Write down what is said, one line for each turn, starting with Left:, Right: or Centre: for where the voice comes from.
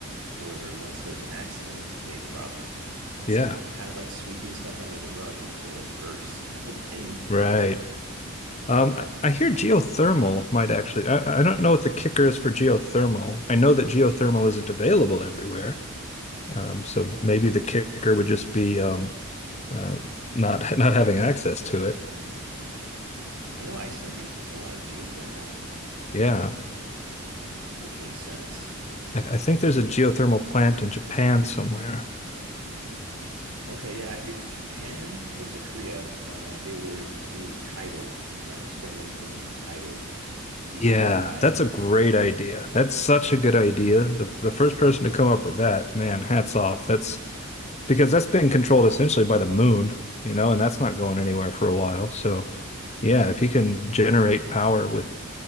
Right: However, once there's an accident, it's a big problem. It's
Left: yeah,
Right: kind of like sweeping stuff under the rug until it bursts, kind of a thing.
Left: right. Um, I, I hear geothermal might actually, I, I don't know what the kicker is for geothermal. I know that geothermal isn't available everywhere. Um, so maybe the kicker would just be um, uh, not <laughs> not having access to it.
Right: I know Iceland uses a lot of geothermal,
Left: Yeah,
Right: which makes sense.
Left: I, I think there's a geothermal plant in Japan somewhere.
Right: Okay, yeah, I think Japan or was it Korea? Uh, they were doing tidal, trying experimenting with tidal, using
Left: Yeah,
Right: the tides.
Left: that's a great idea. That's such a good idea. The the first person to come up with that, man, hats off. That's because that's being controlled essentially by the moon, you know, and that's not going anywhere for a while. So, yeah, if you can generate power with,